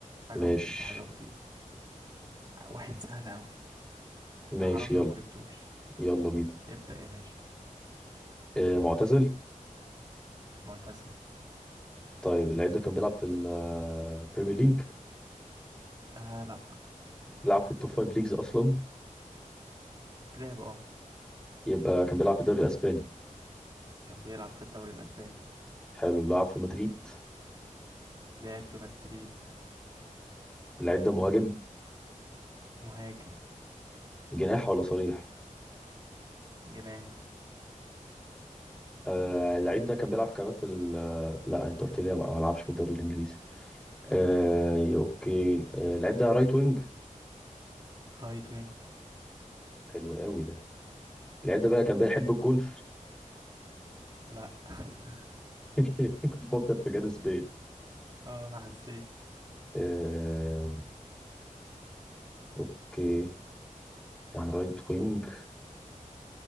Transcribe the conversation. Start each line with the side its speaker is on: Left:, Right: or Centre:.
Right: حاجة
Centre: ماشي
Right: بسيطة حاجة بسيطة واحد سهل أوي
Centre: ماشي
Right: انت حرام
Centre: يلا
Right: لو ما جبتوش
Centre: يلا بينا
Right: ابدأ يا باشا
Centre: اه معتزل
Right: معتزل
Centre: طيب اللعيب ده كان بيلعب في البريمير ليج
Right: آه لأ
Centre: لعب في التوب فايف ليجز اصلا
Right: لعب اه
Centre: يبقى كان بيلعب في الدوري الاسباني
Right: كان بيلعب في الدوري الأسباني
Centre: حلو لعب في مدريد
Right: لعب في مدريد
Centre: اللعيب ده مهاجم
Right: مهاجم
Centre: جناح ولا صريح
Right: جناح
Centre: آه اللعيب ده كان بيلعب كمان في ال آه، لا انت قلت لي ما ما لعبش في الدوري الانجليزي آه اوكي آه اللعيب ده رايت وينج
Right: رايت وينج
Centre: حلو قوي ده اللعيب ده بقى كان بيحب الجولف
Right: لأ <laughs>
Centre: <laughs> كنت بفكر في جاريث بيل
Right: اه أنا حسيت
Centre: آه اوكي كان رايت وينج